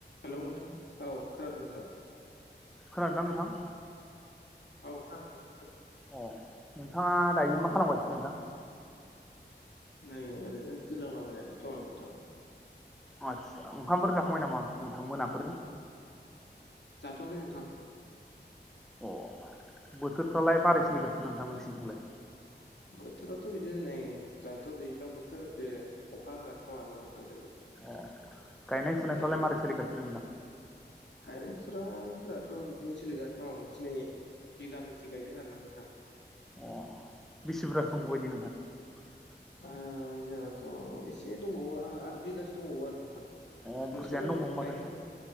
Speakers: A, on the left; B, in the centre.
A: हेलौ नोंथां औ खोनादों नोंथां।
B: खोनादोना नोंथां?
A: औ खोनादों नोंथां खोनादों।
B: अ नोंथाङा दायो मा खालामगासिनो नोंथां?
A: नै ओरैनो गोलांला बायनासो दं आं नोंथां।
B: आचसा ओंखामफोर जाखांबाय नामा नोंथां मोनाफोरनि?
A: जाथ'आखै नोंथां।
B: अ बोथोरफ्रालाय मारै सोलिगासिनो नोंथां नोंसोरनिथिंलाय?
A: बोथोराथ' बिदिनो नै दाथ' दैज्लां बोथोर अखा हागासिनो दं आरोना। नोंथां दायो
B: अ गायनाय फुनायफ्रालाय
A: दायो
B: मारै सोलिगासिनो नोंथां?
A: गायनाय फुनाय फोराथ' बिदिनो सोलिगासिनो दं दिनै बिघानैसो गायदों आरोना नोंथां।
B: अ <unintelligible> नोंथां
A: ओ जोंहाथ' एसे दंबावो आद बिगासो दंबावो आरो नोंथां।
B: अ बुरजायानो
A: नोंसोरनालाय
B: दंबावो
A: बोरै
B: माथो
A: गायनायफोर
B: नोंथां